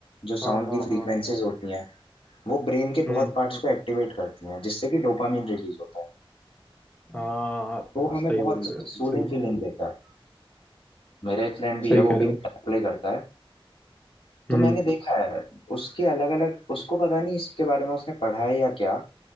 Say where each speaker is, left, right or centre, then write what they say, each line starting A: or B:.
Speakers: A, on the left; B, on the left.
A: जो
B: हाँ
A: साउंड
B: हाँ
A: की फ्रीक्वेंसीज
B: हाँ
A: होती हैं वो ब्रेन के
B: हम्म
A: बहुत पार्ट्स को एक्टिवेट करती हैं जिससे कि डोपामिन रिलीज होता है
B: हाँ हाँ,
A: वो हमें
B: सही
A: बहुत
B: बोल रहे हो
A: सूदिंग
B: सही बात
A: फीलिंग देता है मेरा एक फ्रेंड भी
B: सही
A: है वो
B: कह
A: भी
B: रहे
A: गिटार
B: हो
A: प्ले करता है तो
B: हम्म
A: मैंने देखा है उसके अलग अलग उसको पता नहीं इसके बारे में उसने पढ़ा है या क्या